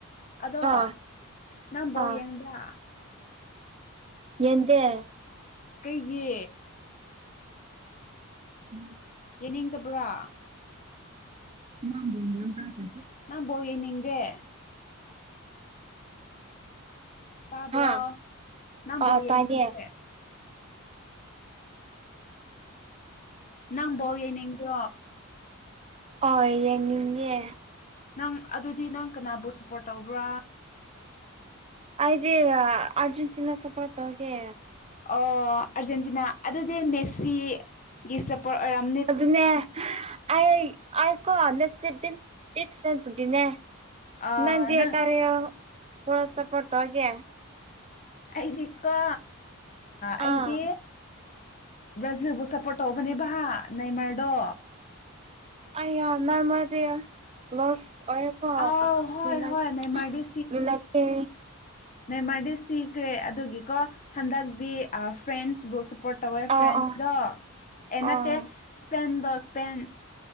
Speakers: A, on the left; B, on the right.
A: ꯑꯗꯣ
B: ꯑ
A: ꯅꯪꯕꯣ
B: ꯑ
A: ꯌꯦꯡꯕ
B: ꯌꯦꯇ
A: ꯀꯩꯒꯤ
B: ꯎꯝ
A: ꯌꯦꯅꯤ ꯇꯕ꯭ꯔꯥ
B: ꯅꯥꯡꯕꯨꯣꯅ ꯌꯥꯝꯦ
A: ꯅꯪ ꯣ ꯌꯦꯅꯤꯗꯦ ꯇꯥꯕ꯭ꯔꯣ
B: ꯍꯥ
A: ꯅꯪꯕꯣ
B: ꯑ
A: ꯌꯦꯡꯅꯤꯡꯒꯦ
B: ꯇꯥꯏꯌꯦ
A: ꯅꯪ ꯕꯣꯜ ꯌꯦꯡꯅꯤꯡꯗꯣ
B: ꯍ ꯌꯦꯡꯅꯤꯡꯉꯦ
A: ꯅꯪ ꯑꯗꯨꯗꯤ ꯅꯪ ꯀꯅꯥꯕꯨ ꯁꯄꯣꯔꯠ ꯇꯧꯕ꯭ꯔꯥ
B: ꯑꯗꯤ ꯑꯔꯖꯦꯟꯇꯤꯅꯥ ꯁꯄꯣ ꯇ ꯍꯒꯦ
A: ꯑꯣ ꯑꯥꯔꯖꯦꯟꯇꯤꯅꯥ ꯑꯗꯨꯗꯤ ꯃꯦꯁꯤꯒꯤ ꯁꯞꯄꯣꯔꯠ ꯑꯣꯏꯔꯝ
B: ꯑꯗꯨ ꯑꯗꯨꯅꯦ ꯑ ꯑ ꯀꯣ ꯍꯟꯦꯗꯤꯐ꯭ꯔꯦꯟꯁꯗꯤꯅꯦ
A: ꯑꯥ
B: ꯅꯗꯤ
A: ꯅꯪ
B: ꯀꯥꯔꯦ ꯍꯔꯁ ꯄꯠꯇꯣꯑꯒꯦ
A: ꯑꯩꯗꯤꯀꯣ ꯑꯩꯗꯤ
B: ꯑꯥ
A: ꯕ꯭ꯔꯥꯖꯤꯜꯕꯨ ꯁꯞꯄꯣꯔꯠ ꯇꯧꯕꯅꯦꯕ ꯅꯃꯔꯗꯣ
B: ꯑ ꯅ ꯃꯥꯗꯤ ꯂꯁ ꯑꯣꯏꯀꯣ
A: ꯑꯥꯎ ꯍꯣꯏ
B: ꯂꯅꯥ
A: ꯍꯣꯏ ꯅꯏꯃꯔꯗꯤ
B: ꯂꯅꯥꯀꯤ
A: ꯃꯗꯤ ꯁꯤꯈ꯭ꯔꯦ ꯑꯗꯨꯒꯤꯀꯣ ꯍꯟꯗꯛꯇꯤ ꯐ꯭ꯔꯦꯟꯁꯕꯨ ꯁꯄꯣꯔꯠ ꯇꯧꯋꯦ
B: ꯑꯣ
A: ꯐ꯭ꯔꯦꯟꯁꯗꯣ
B: ꯑꯣ
A: ꯑꯦ
B: ꯑꯣ
A: ꯅꯠꯇꯦ ꯁꯄꯦꯟꯗꯣ ꯁꯄꯦꯟ